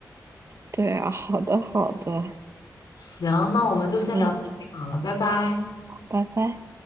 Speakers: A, on the right; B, on the left.
A: 对啊，好的好的，
B: 行，那我们就先聊到这里好了，
A: 嗯，
B: 拜拜。
A: 拜拜。